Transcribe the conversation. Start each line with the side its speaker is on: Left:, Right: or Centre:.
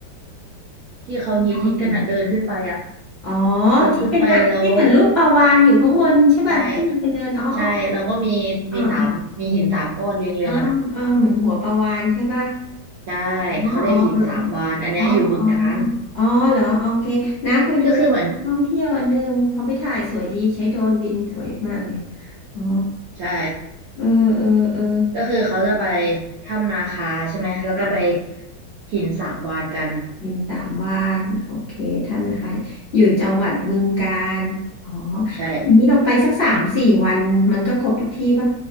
Right: ที่เขาฮิตฮิตกันอ่ะเดินขึ้นไปอ่ะ
Left: ข้ามหินอ๋อ
Right: เดินขึ้นไปแล้ว
Left: ที่เป็นน่ะที่เหมือนรูปปลาวาฬอยู่ข้างบนใช่ป่ะที่มันเป็นเนินอ๋ออ
Right: ใช่ใช่แล้วก็มีมีสามมีหินสามก้อนเรียงเรียงกันอ่ะ
Left: ๋ออ๋ออ๋ออ๋อเออเหมือนหัวปลาวาฬใช่ป่ะ
Right: ใช่
Left: อ๋ออ๋อเออ
Right: เขาเรียกหินสามวานอันเนี้ยอยู่บึงกาฬ
Left: เอออ๋ออ๋ออ๋อเหรอโอเคน้าเคยดูรายการท่องเที่ยวอันหนึงเขาไปถ่ายสวยดีใช้โดรนบินสวยมากเลย
Right: ก็คือเหมือน
Left: อ๋อ
Right: ใช่
Left: เออเออเออ
Right: ก็คือเขาจะไปถ้ำนาคาใช่ไหมแล้วก็ไป
Left: อ่ะ
Right: หินสามวานกัน
Left: ยินสามวันโอเคทำนะคะอยู่จังหวัดบึงกาฬอ๋อ
Right: ใช่
Left: ทีนี้เราไปสักสามสี่วันมันก็ครบทุกที่ปะ